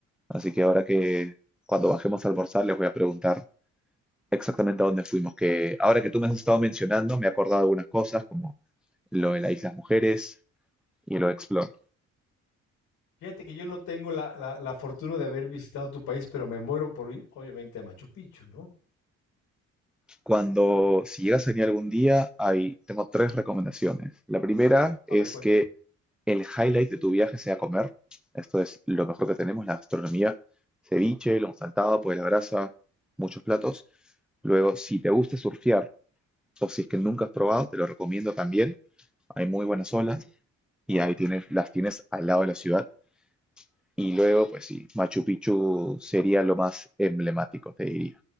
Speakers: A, in the centre; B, on the left.
A: así que ahora que cuando bajemos a almorzar les voy a preguntar exactamente a dónde fuimos, que ahora que tú me has estado mencionando, me he acordado de algunas cosas, como lo de la Isla Mujeres y lo de Explore.
B: Fíjate que yo no tengo la, la la fortuna de haber visitado tu país, pero me muero por ir, obviamente, a Machu Picchu, ¿no?
A: Cuando, si llegas a venir algún día, hay, tengo tres recomendaciones. La primera es
B: A ver, cuéntame.
A: que el highlight de tu viaje sea comer. Esto es lo mejor que tenemos, la gastronomía. Ceviche, lo saltado, pues la grasa, muchos platos. Luego, si te gusta surfear o si es que nunca has probado, te lo recomiendo también. Hay muy buenas olas
B: Ujú.
A: y ahí tienes, las tienes al lado de la ciudad. Y luego, pues sí, Machu Picchu sería lo más emblemático, te diría.